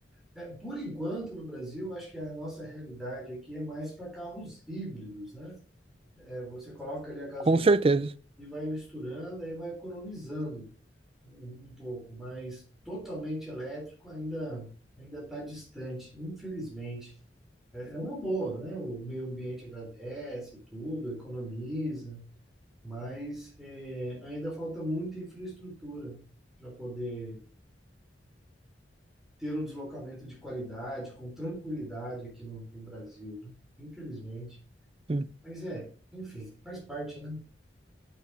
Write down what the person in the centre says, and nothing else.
É, por enquanto, no Brasil, acho que a nossa realidade aqui é mais para carros híbridos, né? É, você coloca ali a gasolina
e vai misturando, aí vai economizando um um pouco, mas totalmente elétrico ainda ainda está distante, infelizmente. É é uma boa, né? O meio ambiente agradece tudo, economiza, mas é, ainda falta muita infraestrutura para poder ter um deslocamento de qualidade, com tranquilidade aqui no, no Brasil, né? Infelizmente.
Mas é, enfim, faz parte, né?